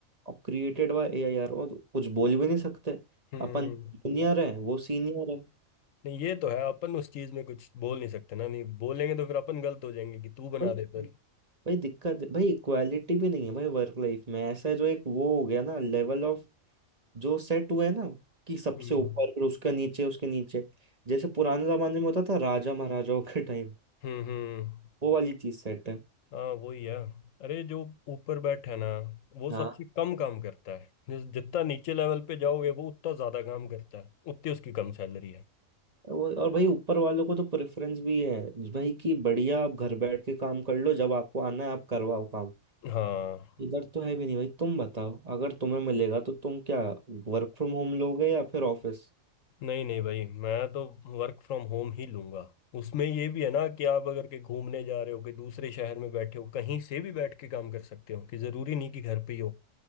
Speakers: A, on the right; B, on the left.
A: अब क्रिएटेड बाय एआई यार और कुछ बोल भी नहीं सकते
B: हम्म।
A: अपन
B: हम्म।
A: जूनियर है वो सीनियर
B: नहीं ये तो है अपन उस चीज में कुछ बोल नहीं सकते ना नहीं बोलेंगे तो फिर अपन गलत हो जाएंगे कि तू बना
A: है
B: दे फिर
A: भाई दिक्कत है भाई इक्वालिटी भी नहीं है भाई वर्क लाइफ में ऐसा है जो एक वो हो गया ना लेवल ऑफ जो सेट हुआ है ना कि सबसे
B: हम्म
A: ऊपर फिर उसके नीचे उसके नीचे जैसे पुराने जमाने में होता था राजा महाराजाओं के टाइम
B: हम्म हम्म
A: वो वाली चीज सेट है
B: हाँ वही है अरे जो ऊपर बैठा है ना वो
A: हाँ
B: सबसे कम काम करता है जिस जितना नीचे लेवल पे जाओगे वो उतना ज्यादा काम करता है उतनी उसकी कम सैलरी है
A: वो और भाई ऊपर वालों को तो प्रेफरेंस भी है भाई कि बढ़िया आप घर बैठ के काम कर लो जब आपको आना है आप करवाओ काम
B: हाँ
A: इधर तो है भी नहीं भाई तुम बताओ अगर तुम्हें मिलेगा तो तुम क्या वर्क फ्रॉम होम लोगे या फिर ऑफिस
B: नहीं नहीं भाई मैं तो वर्क फ्रॉम होम ही लूंगा उसमें ये भी है ना कि आप अगर के घूमने जा रहे हो कि दूसरे शहर में बैठे हो कहीं से भी बैठ के काम कर सकते हो कि जरूरी नहीं कि घर पे ही हो